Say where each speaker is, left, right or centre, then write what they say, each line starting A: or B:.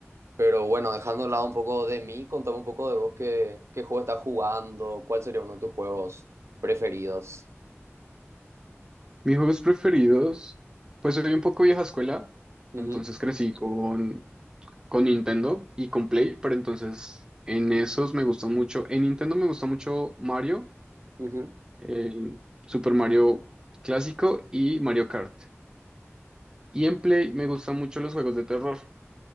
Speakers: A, on the right (about 70°); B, on the right (about 15°).
A: Pero bueno, dejando a un lado un poco de mí, contame un poco de vos qué, qué juego estás jugando, cuál sería uno de tus juegos preferidos.
B: Mis juegos preferidos, pues soy un poco vieja escuela,
A: Ujú,
B: entonces crecí con, con Nintendo y con Play, pero entonces en esos me gustan mucho, en Nintendo me gusta mucho Mario,
A: ujú.
B: el Super Mario clásico y Mario Kart. Y en Play me gustan mucho los juegos de terror,